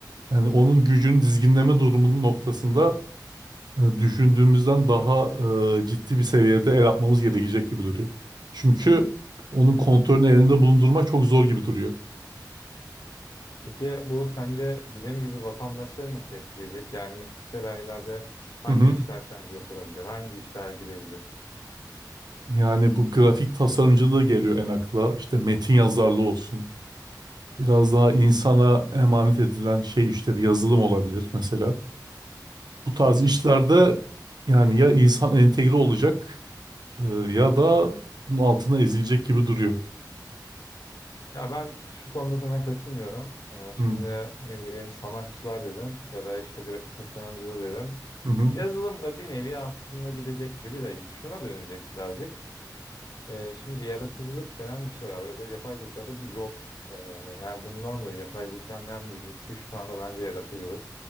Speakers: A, on the right; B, on the left.
A: yani onun gücünü dizginleme durumunun noktasında e, düşündüğümüzden daha e, ciddi bir seviyede el atmamız gerekecek gibi duruyor. Çünkü onun
B: Evet.
A: kontrolünü elinde bulundurmak çok zor gibi duruyor.
B: Peki bu sence bizim gibi vatandaşları nasıl etkileyecek? Yani mesela ileride hangi
A: Hı hı.
B: işler sence yok olabilir? Hangi işler gidebilir?
A: Yani bu grafik tasarımcılığı geliyor en akla. İşte metin yazarlığı olsun. Biraz daha insana emanet edilen şey işleri yazılım olabilir mesela. Bu tarz işlerde
B: Hı.
A: yani ya insan entegre olacak e, ya da bunun altına ezilecek gibi duruyor.
B: Ya ben şu konuda sana katılmıyorum. Ee, şimdi
A: Hı
B: ne bileyim sanatçılar dedin ya da işte grafik tasarımcılar dedin.
A: hı hı
B: Yazılım da bir nevi aslında gidecek gibi de şuna dönecek birazcık. Ee, şimdi yaratıcılık denen bir şey var. Ve yapay zekada bu yok. Ee, yani bundan dolayı yapay zekanın en büyük eksiği şu anda bence yaratıcılık.